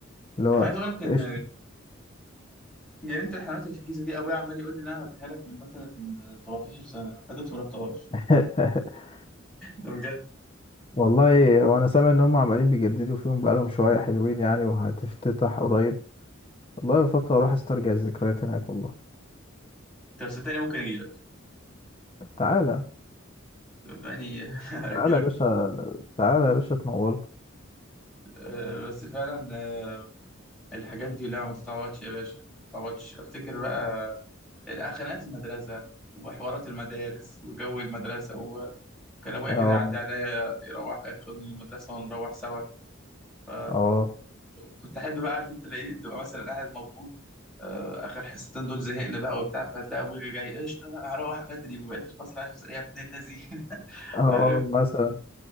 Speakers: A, on the left (about 30°); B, in the centre.
A: اللي هو
B: انا عايز اقول لك ان
A: قشطة
B: جنينه الحيوانات اللي في الجيزه دي ابويا عمال يقول لي ان انا هوديها لك من مثلا من 17 سنه لحد دلوقتي ما رحتهاش
A: <laughs>
B: ده بجد
A: والله وانا سامع ان هما عمالين بيجددوا فيهم بقالهم شوية حلوين يعني وهتفتتح قريب والله بفكر اروح استرجع الذكريات هناك والله
B: طب صدقني ممكن اجي لك
A: تعالى
B: صدقني <laughs> اجي
A: تعالى
B: لك
A: يا باشا تعالى يا باشا تنور
B: آه بس فعلا آه الحاجات دي لا ما تتعوضش يا باشا ما تتعوضش افتكر بقى الخناقات المدرسه وحوارات المدارس وجو المدرسة كان ابويا
A: اه
B: كده يعدي عليا يروح ياخدني من المدرسه ونروح سوا ف
A: اه
B: كنت احب بقى عارف انت لقيت تبقى مثلا قاعد مبدون آه، اخر حصتين دول زهقنا بقى وبتاع فتلاقي ابويا جاي قشطه بقى هروح بدري وبقيت الفصل عارف ايه يا ابن اللذين <laughs>
A: اه
B: عارف
A: مثلا